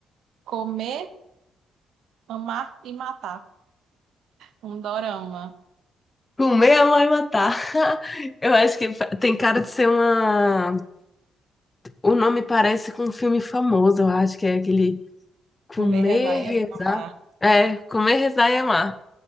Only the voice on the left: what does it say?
Comer a mãe matar. <laughs> Eu acho que fa- tem cara de ser uma. O nome parece com um filme famoso, eu acho que é aquele Comer,
Rezar.
É, Comer, Rezar e Amar,